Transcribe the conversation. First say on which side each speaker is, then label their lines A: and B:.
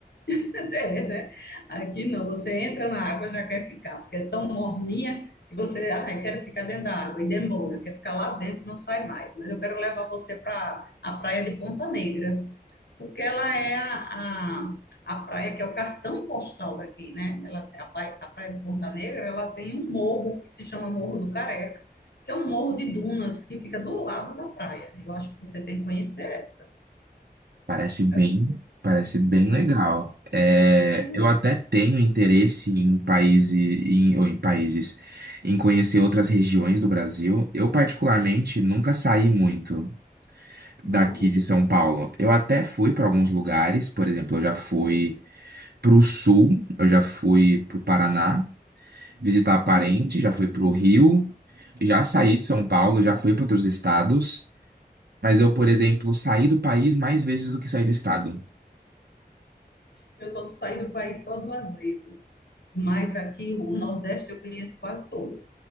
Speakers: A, on the left; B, on the right.
A: <laughs> é, né? Aqui não, você entra na água já quer ficar, porque é tão morninha que você, ah, eu quero ficar dentro da água e demora, quer ficar lá dentro, não sai mais. Mas eu quero levar você para a praia de Ponta Negra. porque ela é a, a, a praia que é o cartão postal daqui, né? Ela, a, praia, a praia de Ponta Negra, ela tem um morro que se chama Morro do Careca, que é um morro de dunas que fica do lado da praia. Eu acho que você tem que conhecer essa.
B: Parece
A: Maravilha.
B: bem, parece bem legal. É,
A: É,
B: eu até tenho interesse em países, em, ou em países, em conhecer outras regiões do Brasil. Eu particularmente nunca saí muito.
A: não.
B: daqui de São Paulo. Eu até fui para alguns lugares, por exemplo, eu já fui pro sul, eu já fui pro Paraná visitar parente, já fui pro Rio, já saí de São Paulo, já fui para outros estados, mas eu, por exemplo, saí do país mais vezes do que saí do estado.
A: Eu só saí do país só duas vezes, mas aqui o Nordeste eu conheço quase todo.